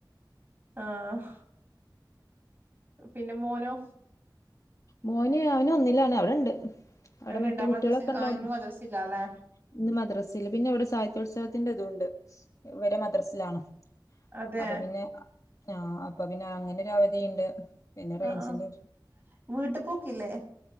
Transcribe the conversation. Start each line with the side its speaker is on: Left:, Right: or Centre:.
Right: ആഹ പിന്നെ മോനോ
Left: മോന അവന ഒന്നില്ലാണ് അവിടെണ്ട് അവിടെ
Right: എവിടെണ്ടാ
Left: മറ്റേ കുട്ടികളൊക്കെ
Right: മദ്രസിൽ
Left: ഉണ്ടോ
Right: ആഹ്
Left: ഇ
Right: ഇന്ന് മദ്രസില്ലാല്ലേ
Left: മദ്രാസിൽ പിന്നെ ഇവിടെ സാഹിത്യത്സവ ത്തിന്റെ ഇതണ്ട് വരെ മദ്രാസിലാണ്
Right: അതെ
Left: അപ്പൊ പിന്നെ ആഹ അപ്പൊ പിന്നെ അങ്ങനെ ഒരു അവധിയുണ്ട് പിന്നെ റേഞ്ചിന്റെ
Right: ആഹ വീട്ട പൊക്കല്ലേ